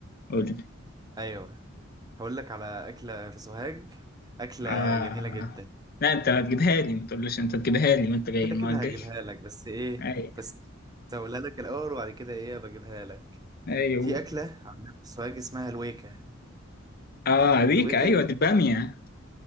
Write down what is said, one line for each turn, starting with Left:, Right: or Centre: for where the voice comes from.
Left: قول لي
Right: ايوه هقول لك على اكلة في سوهاج اكلة
Left: آه
Right: جميلة جدا
Left: لا انت ما تجيبها لي ما تقولش انت تجيبها لي وانت جاي
Right: كده
Left: المرة
Right: كده
Left: الجاية
Right: هجيبها لك بس ايه
Left: <laughs> ايوه
Right: بس هقولها لك الاول وبعد كده ايه بجيبها لك
Left: ايوه
Right: في أكلة عندنا في السوهاج اسمها الويكة
Left: اه عليك
Right: الويكة
Left: ايوه
Right: دي
Left: دي البامية